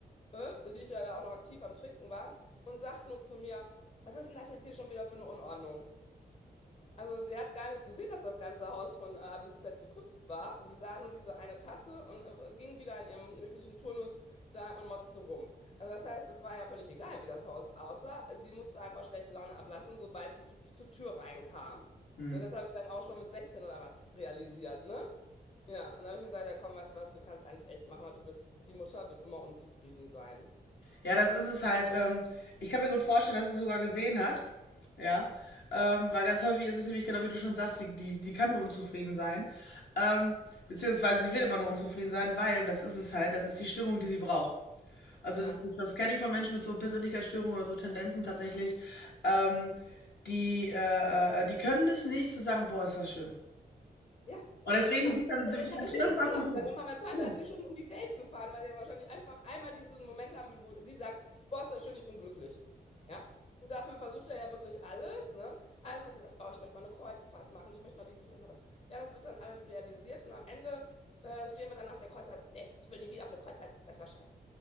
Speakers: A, on the left; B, on the left.
A: äh, die ich ja da auch noch aktiv am Trinken war, und sagt nur zu mir, was ist denn das jetzt hier schon wieder für eine Unordnung? Also sie hat gar nicht gesehen, dass das ganze Haus von A bis Z geputzt war. Sie sah nur diese eine Tasse und äh, ging wieder in ihrem üblichen Turnus da und motzte rum. Also das heißt, es war ja völlig egal, wie das Haus aussah. Sie musste einfach schlechte Laune ablassen, sobald sie zu, zur Tür reinkam.
B: hm.
A: Ne, das habe ich dann auch schon mit 16 oder was realisiert, ne? Ja, und dann habe ich mir gedacht, ja komm, weißt du was, du kannst eigentlich echt machen, was du willst. Die Mutter wird immer unzufrieden sein.
B: Ja, das ist es halt. Ähm, ich kann mir gut vorstellen, dass sie es sogar gesehen hat. Ja. Ähm, weil ganz häufig ist es nämlich genau wie du schon sagst, die, die, die kann nur unzufrieden sein. Ähm, beziehungsweise sie wird immer nur unzufrieden sein, weil, und das ist es halt, das ist die Stimmung, die sie braucht. Also
A: Ja,
B: das, das, das kenne ich von Menschen mit so Persönlichkeitsstörungen oder so Tendenzen tatsächlich. Ähm, die, äh, äh, die können es nicht zu sagen, boah, ist das schön.
A: ja,
B: Und deswegen
A: genau.
B: wird dann,
A: Der,
B: wird
A: der kann
B: dann
A: der schönste
B: irgendwas
A: Urlaub
B: gesucht.
A: sein. Hör mal, mein Vater
B: Genau.
A: hat die schon um die Welt gefahren, weil er wahrscheinlich einfach einmal diesen Moment haben will, wo sie sagt, boah, ist das schön, ich bin glücklich. Ja? Und dafür versucht er ja wirklich alles, ne? Alles, was sie sagt, oh, ich möchte mal eine Kreuzfahrt machen, ich möchte mal dies, ich möchte mal das. Ja, das wird dann alles realisiert und am Ende äh, stehen wir dann nach der Kreuzfahrt, nee, ich will nie wieder auf eine Kreuzfahrt, das war scheiße.